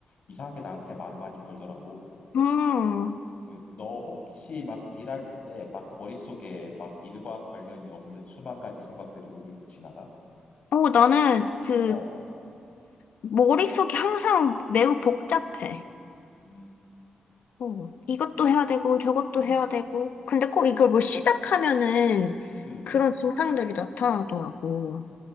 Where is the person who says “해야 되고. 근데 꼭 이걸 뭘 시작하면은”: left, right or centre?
Left